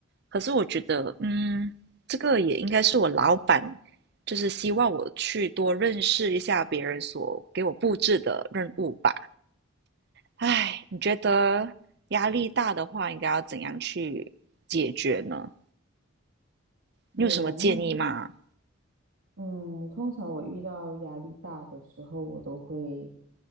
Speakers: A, on the right (about 50°); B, on the right (about 80°).
A: 可是我觉得，嗯，这个也应该是我老板，就是希望我去多认识一下别人所给我布置的任务吧。唉，你觉得压力大的话，应该要怎样去解决呢？
B: 我面对。
A: 你有什么建议吗？
B: 嗯，通常我遇到压力大的时候，我都会，